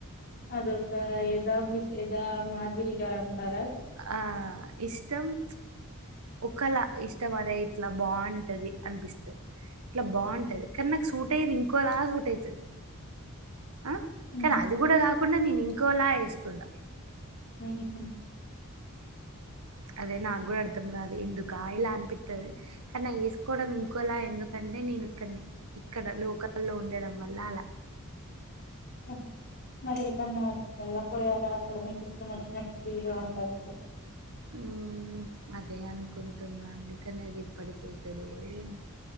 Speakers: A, on the left; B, on the right.
A: అదొక ఏదామి ఏదా మాదిరిగా అంటారా
B: ఆ ఇష్టం <unintelligible> ఒకలా ఇష్టం అరే ఇట్లా బావుంటది అనిపిస్తది ఇట్లా బావుంటది
A: హ్మ్
B: కానీ నాకు సూట్ అయ్యేది ఇంకోలాగ్ అయితది ఆ
A: హ్మ్
B: కానీ అది కూడా కాకుండా నేనిం ఇంకోలా యేసుకుంటా
A: ఉహుం
B: అదే నాకు కూడా అర్థం కాదు ఎందుక ఇలా అనిపిత్తది. కానీ వేసుకోవడం ఇంకోలా ఎందుకంటే నేను ఇక్కడ ఇక్కడ లోకల్లో ఉండడం వల్ల అలా
A: ఉమ్ మరి ఏదన్నా వెళ్ళక పోయారా, అక్కడ మీకు ఇష్టం వచ్చినట్టు ఫ్రీగా ఉండొచ్చు.
B: ఉమ్ అదే అనుకుంటున్నాండి. కానీ అది ఎప్పటికవుతుందో ఏమో